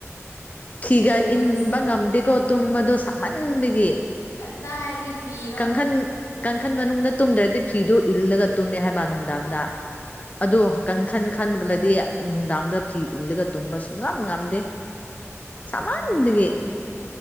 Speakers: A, on the left; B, on the left.
A: ꯊꯤꯒ
B: ꯍꯣꯕꯗꯨꯁꯨ
A: ꯏꯟꯕ ꯉꯝꯗꯦꯀꯣ ꯇꯨꯝꯕꯗꯣ ꯁꯃꯟꯕꯒꯤ
B: ꯀꯗꯥꯏꯗꯒꯤ ꯐꯤꯔꯣ
A: ꯀꯡꯈꯟ ꯀꯡꯈꯟ ꯃꯅꯨꯡꯗ ꯇꯨꯝꯗ꯭ꯔꯗꯤ ꯐꯤꯗꯨ ꯏꯜꯂꯒ ꯇꯨꯝꯃꯦ ꯍꯥꯏꯕ ꯅꯨꯡꯗꯥꯡꯗ ꯑꯗꯣ ꯀꯪꯈꯟ ꯈꯟꯂꯗꯤ ꯅꯨꯡꯗꯥꯡꯗ ꯐꯤ ꯏꯜꯂꯒ ꯇꯨꯝꯕꯁꯨꯨꯡ ꯉꯝ ꯉꯝꯗꯦ ꯁꯃꯟꯕꯒꯤ
B: ꯉꯝꯗꯦ ꯑꯩꯈꯣꯏꯁꯨ